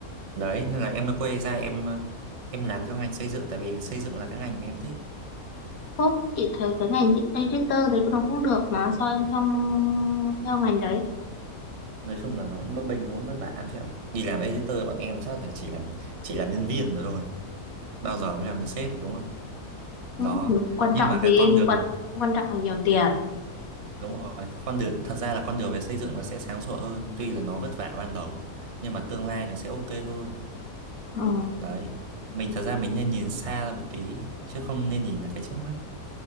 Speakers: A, on the right; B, on the left.
A: đấy nên là em mới quay ra em em làm theo ngành xây dựng tại vì xây dựng là cái ngành mà em thích
B: Phúc chị thấy cái ngành editor thì nó cũng được mà sao em không theo ngành đấy?
A: nói chung là nó cũng bấp bênh nó cũng vất vả lắm chị ạ đi làm editor bọn em chắc là chỉ làm chỉ làm nhân viên rồi thôi bao giờ mới làm được sếp đúng không đó
B: Ừ, quan
A: nhưng
B: trọng
A: mà
B: gì?
A: cái con đường
B: Quan quan trọng là nhiều tiền.
A: đúng rồi con đường thật ra là con đường về xây dựng nó sẽ sáng sủa hơn tuy là nó vất vả ban đầu nhưng mà tương lai nó sẽ ok hơn
B: Ừ,
A: đấy mình thật ra mình nên nhìn xa ra một tí chứ không nên nhìn là cái trước mắt